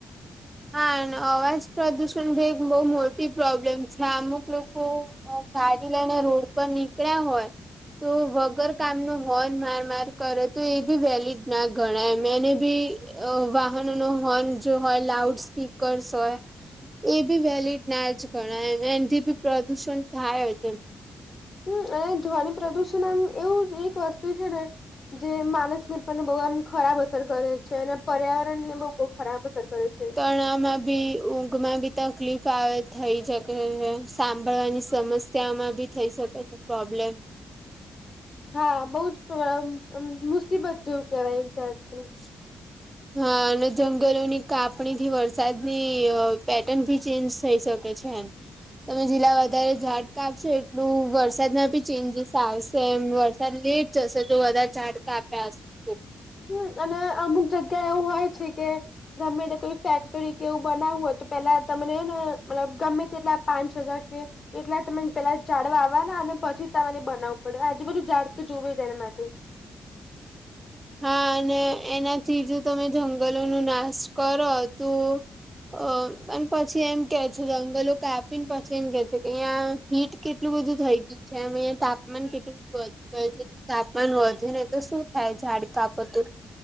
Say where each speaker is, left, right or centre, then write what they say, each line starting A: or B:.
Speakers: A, on the right; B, on the left.
A: હા અન અવાજ પ્રદુષણ બ એક બહુ મોટી પ્રોબ્લેમ છે અમુક લોકો અ ભાડી લઈને રોડ પર નીકળ્યા હોય તો વગર કામ ન હોન માર માર કરે તો એ બી વેલિડ ના ગણાય એને બી અ વાહનો નો હોર્ન જો હોય લાઉડ સ્પીકર્સ હોય એ બી વેલીડ ના જ ગણાય એનથી બી પ્રદુષણ થાય જ એમ.
B: હમ અને ધ્વનિ પ્રદુષણ આમ એવું જ એક વસ્તુ છે ને જે માનસ ને પન બહુ આમ ખરાબ અસર કરે છે અને પર્યાવરને બહ બહુ ખરાબ અસર કરે છે.
A: પણ આમાં બી ઊંઘ માં બી તકલીફ આવે થઈ શકે છે સાંભળવાની સમસ્યામાં બી થઈ શકે છે પ્રોબ્લેમ.
B: હા બઉ જ ક આમ અમ મુસીબત જેવું કેવાય એક જાતનું.
A: <inaudible> હા અને જંગલોની કાપણી થી વરસાદની અ પેટર્ન ભી ચેન્જ થઈ શક કે છે એમ. તમે જેટલા વધારે ઝાડ કાપશો એટલું વરસાદમાં બી ચેન્જીસ આવશે એમ વરસાદ લેટ જશે તો વધારે ઝાડ કાપ્યા હશે.
B: હમ અને અમુક જગ્યા એવું હોય છે કે ગમે તે કોઈ ફેક્ટરી કેવું બનાવવું હોય તો પેલા તમને હેને મતલબ ગમે તેટલા પાંચ હજાર કે એટલા તમેન પેલા ઝાડ વાવવાના અને પછી તમારે બનાવું પડે આજુ બાજુ ઝાડ તો જોવે જ એના માટે.
A: હા અને એનાથી જો તમે જંગલોનો નાશ કરો તો અ અન પછી એમ કે છે જંગલો કાપીને પછી એમ કે છે કે અયા હીટ કેટલું બધું થઈ ગયું છે એમ અહયા તાપમાન કેટલું બધું વધી ગયું છે તાપમાન વધે ને તો શું થાય ઝાડ કાપોતો.